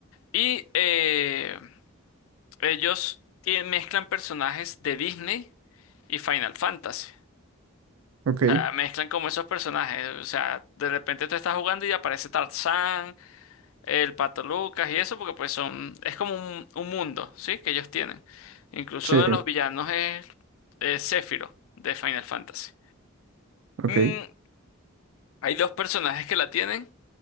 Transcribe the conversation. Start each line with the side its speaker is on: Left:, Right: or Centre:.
Left: Y eh, ellos tie- mezclan personajes de Disney y Final Fantasy.
Right: Ok,
Left: O mezclan como esos personajes. O sea, de repente tú estás jugando y aparece Tarzán, el Pato Lucas y eso, porque pues son, es como un, un mundo, ¿sí? Que ellos tienen. Incluso
Right: sí,
Left: uno de los villanos es, es Sephiroth de Final Fantasy.
Right: ok,
Left: Mm, hay dos personajes que la tienen.